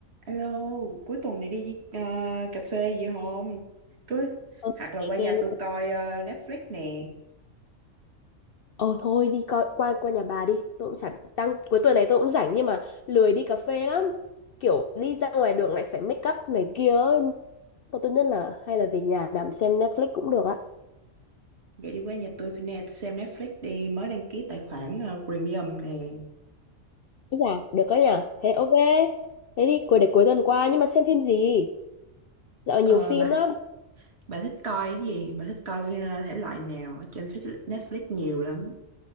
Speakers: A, on the right; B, on the left.
A: Alo, cuối tuần này đi ờ, cà phê gì không? Cứ
B: Ờ,
A: hoặc là
B: nghe
A: qua nhà
B: nghe nghe.
A: tôi coi ờ, Netflix nè.
B: Ờ thôi đi coi qua qua nhà bà đi. Tôi cũng chẳng đang cuối tuần này tôi cũng rảnh nhưng mà lười đi cà phê lắm. Kiểu đi ra ngoài đường lại phải make up này kia. ấy. Thôi tốt nhất là hay là về nhà nằm xem Netflix cũng được á.
A: Vậy đi qua nhà tôi phải nè, xem Netflix đi, mới đăng ký tài khoản ờ, premium nè.
B: Thế Dạ, được đó nhỉ. Thế ok. Thế đi cuối để cuối tuần qua nhưng mà xem phim gì? Dạo này
A: Ờ,
B: nhiều phim
A: bà
B: lắm.
A: bà thích coi cái gì? Bà thích coi ờ, thể loại nào? Ở trên Fit- Netflix nhiều lắm.